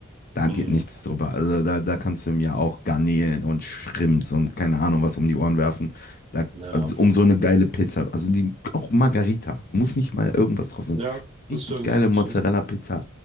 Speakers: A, on the left; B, on the right.
A: Da
B: Mhm.
A: geht nichts drüber. Also da, da kannst du mir auch Garnelen und Shrimps und keine Ahnung was um die Ohren werfen. Da,
B: Ja.
A: also um so eine geile Pizza. Also die, auch Margarita. Muss nicht mal irgendwas drauf sein.
B: Ja, das
A: Richtig
B: stimmt,
A: geile Mozzarella-Pizza.
B: das stimmt.